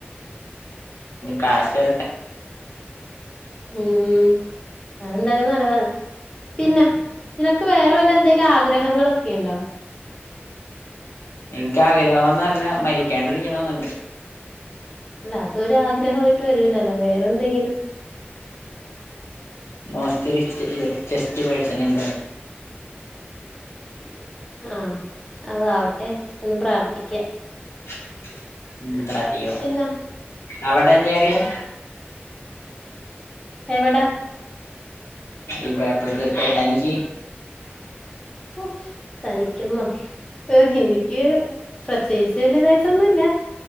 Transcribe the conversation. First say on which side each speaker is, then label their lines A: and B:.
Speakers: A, on the left; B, on the left.
A: കാഷ്
B: ഉം അതെന്താലും നല്ലതാണ്. ഒന്നും കേൾക്കുന്നില്ല പിന്നെ നിനക്ക് വേറെ വല്ല എന്തെങ്കിലും ആഗ്രഹങ്ങളൊക്കെയുണ്ടോ?
A: എൻ്റെ ആഗ്രഹമെന്ന് പറഞ്ഞാൽ മരിക്കാണ്ടിരിക്കണമെന്നുണ്ട്.
B: അല്ല അതൊരാഗ്രഹമായിട്ട് വരൂല്ലല്ലോ വേറെന്തെങ്കിലും
A: ബസ് ഇ ഇ ചസ് പഴസനൽ
B: ആഹ് അതാവട്ടെ എന്ന് പ്രാർത്ഥിക്കാം
A: <unintelligible> അയ്യോടാ
B: പിന്നെ
A: അവട് തനിയാഗ്രഹാ
B: എവടാ
A: ഇവാ പ്രജ <unintelligible> തനിക്ക്
B: ഓ തനിക്കൊന്ന് എനിക്ക് പ്രത്യേകിച്ച് വലുതായിട്ടൊന്നുല്ല.